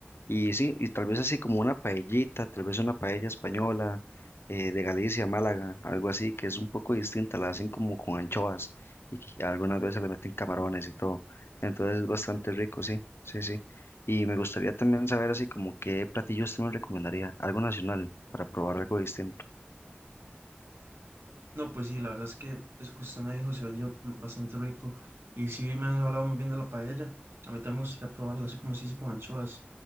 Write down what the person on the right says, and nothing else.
No, pues sí, la verdad es que eso que usted me dijo se oye mm, bastante rico. Y sí me han hablado muy bien de la paella. A mí también me gustaría probarla, así como se dice con anchoas.